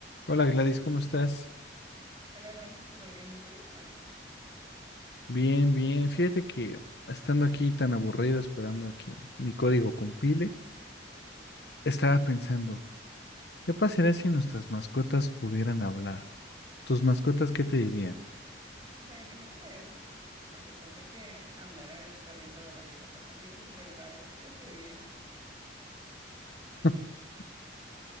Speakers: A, on the left; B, on the right.
A: Hola Gladys, ¿cómo estás?
B: Hola Ernesto, súper bien. ¿Y tú qué más?
A: Bien, bien. Fíjate que estando aquí tan aburrido, esperando a que mi código compile, estaba pensando, ¿qué pasaría si nuestras mascotas pudieran hablar? ¿Tus mascotas qué te dirían?
B: O sea, imagínate eso. Porque ponte que hablara el perrito de la vieja zapa que cre- del barrio, ¿qué crees que diría?
A: <laughs>